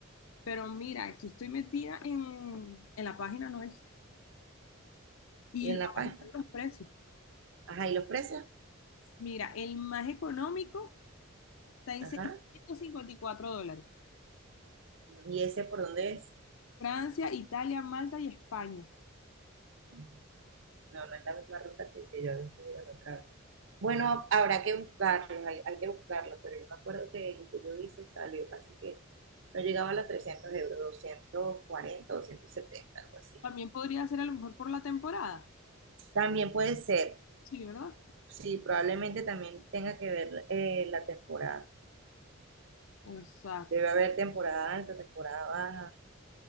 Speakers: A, on the left (about 80°); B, on the right (about 60°).
A: Pero mira, aquí estoy metida en, en la página, ¿no es? Y
B: ¿Y
A: lo-
B: en La
A: aumentaron
B: Paz?
A: los precios.
B: Ajá, ¿y los precios?
A: Mira, el más económico está en
B: Ajá.
A: 654 dólares.
B: ¿Y ese por dónde es?
A: Francia, Italia, Malta y España.
B: No, no es la misma ruta que, que yo había subido la otra vez. Bueno, habrá que buscarlo, hay, hay que buscarlo, pero yo me acuerdo que el que yo hice salió casi que no llegaba a los 300 euros, 240, 270 algo así.
A: También podría ser a lo mejor por la temporada.
B: También puede ser,
A: Sí, ¿verdad?
B: sí, probablemente también tenga que ver eh, la temporada.
A: Exacto.
B: Debe haber temporada alta, temporada baja.